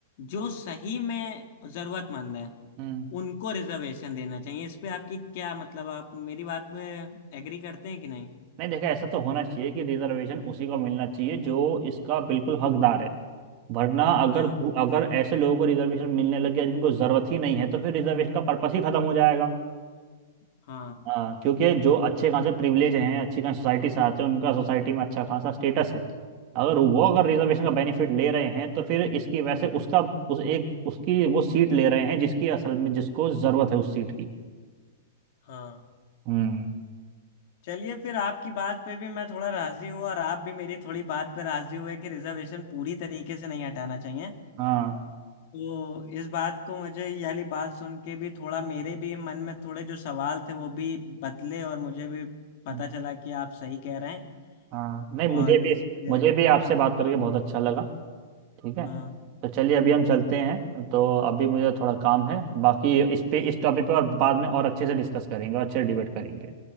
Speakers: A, on the left; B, on the right.
A: जो सही में जरूरतमंद है
B: हम्म।
A: उनको रिजर्वेशन देना चाहिए इस पे आपकी क्या मतलब आप मेरी बात पे एग्री करते हैं कि नहीं
B: नहीं देखा ऐसा तो होना चाहिए कि रिजर्वेशन उसी को मिलना चाहिए जो इसका बिल्कुल हकदार है वरना अगर
A: हाँ
B: दू- अगर ऐसे लोगों को रिजर्वेशन मिलने लग गया जिनको ज़रूरत ही नहीं है तो फिर रिजर्वेशन का पर्पस ही खत्म हो जाएगा
A: हाँ
B: हाँ क्योंकि जो अच्छे खासे प्रिविलेज हैं अच्छी खासी सोसाइटी से आते हैं उनका सोसाइटी में अच्छा खासा स्टेटस है अगर वो अगर
A: हम्म
B: रिजर्वेशन का बेनिफिट ले रहे हैं तो फिर इसकी वजह से उसका उस एक उसकी वो सीट ले रहे हैं जिसकी असल में जिसको ज़रूरत है उस सीट की
A: हाँ
B: हम्म
A: चलिए फिर आपकी बात पे भी मैं थोड़ा राजी हुआ और आप भी मेरी थोड़ी बात पे राजी हुए कि रिजर्वेशन पूरी तरीके से नहीं हटाना चाहिए
B: हाँ
A: तो इस बात को मुझे ये वाली बात सुन के भी थोड़ा मेरे भी मन में थोड़े जो सवाल थे वो भी बदले और मुझे भी पता
B: हम्म,
A: चला कि आप सही कह रहे हैं
B: हाँ नहीं
A: और
B: मुझे भी
A: इस पे
B: मुझे भी आपसे बात करके बहुत अच्छा लगा ठीक है
A: हाँ
B: तो चलिए अभी हम चलते हैं तो अभी मुझे थोड़ा काम है बाकी इस पे इस टॉपिक पर और बाद में और अच्छे से डिस्कस करेंगे और अच्छे से डिबेट करेंगे